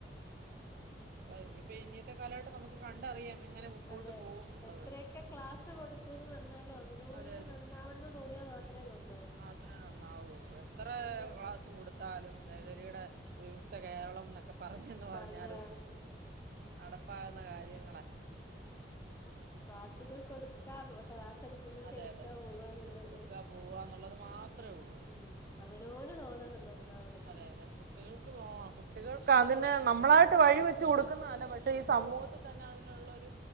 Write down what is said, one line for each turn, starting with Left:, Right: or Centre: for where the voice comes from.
Right: ഇനിയിപ്പ ഇന്നത്തെ കാലഘട്ടം നമുക്ക് കണ്ടറിയാം എങ്ങനെ മുമ്പോട്ട്
Left: അതെ
Right: പോകുന്നുള്ളത്
Left: എത്രയൊക്കെ ക്ലാസ് കൊടുത്തുന്ന് പറ എന്നാലും അവനോന്
Right: അതെ അതെ
Left: നന്നാവന്ന് തോന്നിയാൽ മാത്രേ നന്നാ
Right: മാത്രമേ നന്നാവുള്ളു എത്ര
Left: അല്ലെങ്കിൽ
Right: ക്ലാസ്സ് കൊടുത്താലും ലഹരിയുടെ വിമുക്ത കേരളം ന്നൊക്കെ പ പറഞ്ഞന്ന് പറഞ്ഞാലും
Left: പറഞ്ഞ
Right: നടപ്പാവുന്ന കാര്യം
Left: ക്ലാസ്സുകൾ കൊടുക്കാ ക്ലാസ് എടുക്കുന്നവരെ
Right: അതെ
Left: എടുക്കാ
Right: അതെ
Left: പോവന്നല്ലാണ്ട്
Right: എടുക്കുക പോവുക എന്നുള്ളത് മാത്രമേ ഉള്ളൂ
Left: ഉം അവനോന് തോന്നണം നന്നാവണെങ്കി
Right: അതെ അതെ കുട്ടികൾക്ക് തോന്നണം കുട്ടികൾക്ക് അതിന് നമ്മളായിട്ട് വഴി വെച്ച് കൊടുക്കുന്നതല്ല പക്ഷെ ഈ സമൂഹത്തിൽ തന്നെ അതിനുള്ള ഒരു